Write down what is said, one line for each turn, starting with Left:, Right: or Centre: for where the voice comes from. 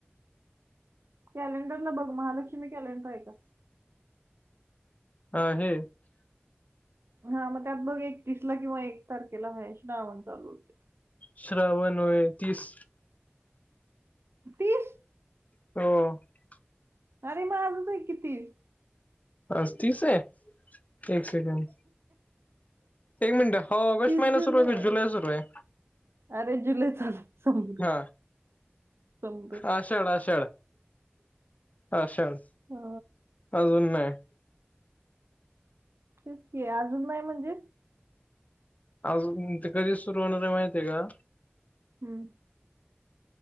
Right: कॅलेंडरला बघ महालक्ष्मी कॅलेंडर आहे का.
Left: अ हे,
Right: हा, मग त्यात बघ एक तीस किंवा एक तारखेला हाय श्रावण चालू होते.
Left: श्रावण होय तीस.
Right: तीस.
Left: हो,
Right: अरे मग आजच आहे की, तीस.
Left: आज तीस आहे. एक सेकंड, एक मिनिटं हो ऑगस्ट
Right: तीस
Left: महिना सुरू
Right: आहे
Left: जुलै सुरू आहे.
Right: अरे जुलै चालू समृद्ध
Left: ह,
Right: समृद्ध
Left: आषाढ आषाढ आषाढ,
Right: हा
Left: अजून नाय
Right: तेच की, अजून नाय म्हणजे
Left: अजून ते कधी सुरू होणारे माहिती आहे का?
Right: हम्म,